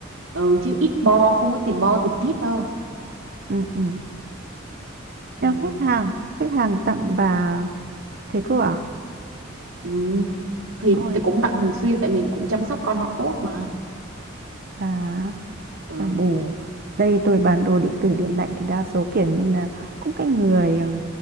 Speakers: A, on the right; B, on the right.
A: ừ, chứ ít bo không có tiền bo tiền tip đâu
B: ừ, ừ.
A: ừ.
B: Nhưng khách hàng khách hàng tặng bà thế cô à
A: Ừ. thì
B: ôi
A: tôi cũng tặng thường xuyên tại mình cũng chăm sóc con họ tốt mà
B: bà
A: ừ.
B: chẳng bù đây tôi bán đồ điện tử điện lạnh thì đa số kiểu như là cũng cái người